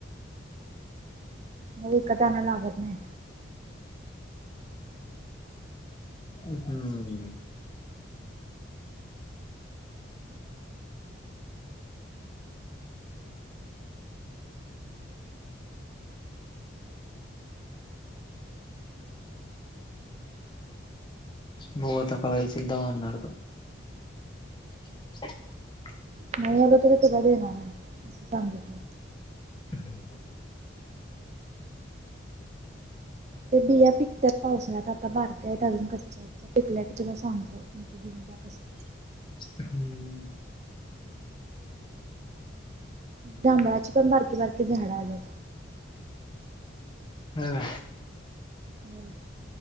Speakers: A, on the right; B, on the left.
A: मग विकत आणाय लागत नाही.
B: हम्म. बघू आता कवा येशिल तवा आणणार बग. <inaudible>
A: नाही आल तरी तुला देणार आहे अस सांगितलं.
B: हम्म.
A: ते बिया पिकतात पावसाळ्यात आता बारक्या आहेत अजून कच्च्या आहेत त्या पिकल्या की तुला सांगतो. कसं तर.
B: हम्म.
A: जांभळाची पण बारकी बारकी झाड आल्यात.
B: ह.
A: हम्म.